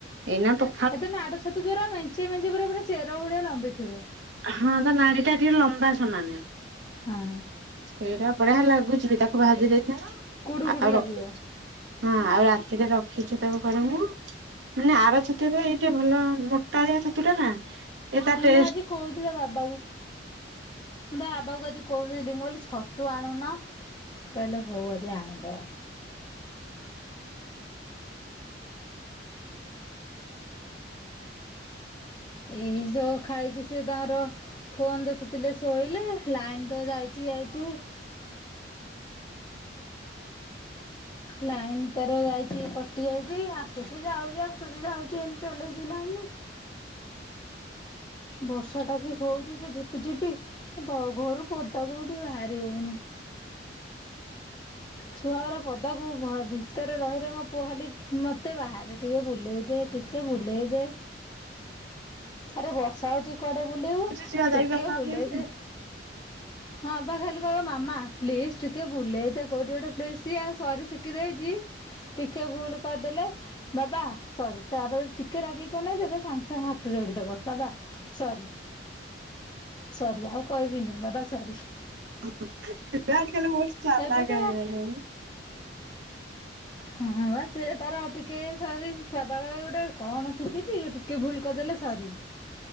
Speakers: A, on the right; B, on the left.
A: ଏଇନା ପ
B: ସେଦିନ ଆଡେ ଛୁତୁଗୁରା ମେଞ୍ଚି ମେଞ୍ଚି ପୁରା ପୁରା ଚେର ଭଳିଆ ଲମ୍ବିଥିବ।
A: ହଁ ତା ନାଡିଟା ଟିକେ ଲମ୍ବା ସମାନେ।
B: ହଁ
A: ସେଇଟା ବଢିଆ ଲାଗୁଛି ବି ତାକୁ ଭାଜି ଦେଇଥାଅ
B: କୁଡୁ କୁଡୁ
A: ଆଉ
B: ଲାଗିବ।
A: ର ହଁ ଆଉ ରାତିରେ ରଖିଛୁ ତାକୁ କରିବୁ। ମାନେ ଆର ଛତୁ ଏବେ ଏଇ ଟିକେ ମୂଳ ମୋଟାଳିଆ ଛତୁ ଟା ନା ସେଇଟା ଟେ
B: ମା ଆଜି କହିଥିଲା ବାବାକୁ। ବାବାକୁ ଆଜି କହୁଥିଲି ମୁଁ କହିଲି ଛତୁ ଆଣୁନ। କହିଲେ ହଉ ଆଜି ଆଣିବା।
A: କଁ
B: ଏଇ ଯୋଉ ଖାଇକି ସିଏ ତାଙ୍କର ଫୋନ୍ ଦେଖୁଥିଲେ ଶୋଇଲେ ଲାଇନ୍ ତ ଯାଇଛି ଆଜି ଲାଇନ୍ ତାର ଯାଇଛି କଟି ଯାଇଛି ଆସୁଛି ଯାଉଛି ଆସୁଛି ଯାଉଛି ଏମିତି ଚଲେଇଛି ଲାଇନ୍। ବର୍ଷାଟା ବି ହଉଛି ଯେ ଝିପି ଝିପି ଘ ଘରୁ ପଦାକୁ ବି ଟିକେ ବାହାରି ହଉନି। ଛୁଆଗୁରା ପଦାକୁ ବାହା ଭିତରେ ରହିଲେ ମୋ ପୁଅ ଖାଲି ମତେ ବାହାରେ ଟିକେ ବୁଲେଇ ଦେ। ଟିକେ ବୁଲେଇ ଦେ ଆରେ ବର୍ଷା ହଉଛି କୁଆଡେ ବୁଲିବୁ
A: ଛୁଆ
B: ଟିକେ
A: ଯାଇପାରୁନାହାନ୍ତି
B: ବୁଲେଇ ଦେ। ହଁ ବା ଖାଲି କହିବ ମାମା ପ୍ଲିଜ୍ ଟିକେ ବୁଲେଇ ଦେ କୋଉଠି ଗୋଟେ। ମୁଁ କହିଲି ସିଏ ଆଉ ସରି ଶିଖିଦେଇଛି ଟିକେ ଭୁଲ୍ କରିଦେଲେ ବାବା ସରି। ତା ବାବା ଯଦି ଟିକେ ରାଗିକି ଅନେଇ ଦେବେ ସାଙ୍ଗେ ସାଙ୍ଗେ ହାତ ଯୋଡିଦବ ବାବା ସରି। ସରି ଆଉ କହିବିନି ବାବା ସରି।
A: ଆଜି କାଲି ଛୁଆ ଗୁଡାକ ମୋଷ୍ଟ୍ ଚାଲାକ୍
B: ଏବେ ତ
A: ହେଇଗଲେଣି।
B: ହଁ ହଁ ବା ସିଏ ତାର ଟିକେ ସରି କବାଟରେ ଗୋଟେ କଣ ଶିଖିଛି ଟିକେ ଭୁଲ୍ କରିଦେଲେ ସରି।